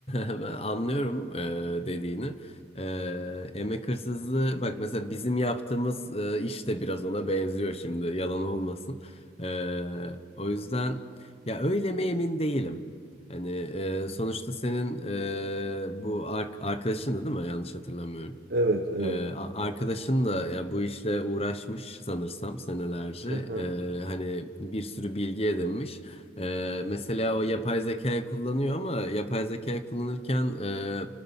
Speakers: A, on the left; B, on the right.
A: Ben anlıyorum e, dediğini. E, emek hırsızlığı bak mesela bizim yaptığımız e, iş de biraz ona benziyor şimdi yalan olmasın. E, o yüzden ya öyle mi emin değilim. Hani e, sonuçta senin e, bu ar- arkadaşın da değil mi? Yanlış hatırlamıyorum.
B: Evet, evet.
A: Ee, a- arkadaşın da ya bu işle uğraşmış sanırsam senelerce.
B: Hı hı.
A: Ee, hani bir sürü bilgi edinmiş. Ee, mesela o yapay zeka kullanıyor ama yapay zeka kullanırken e,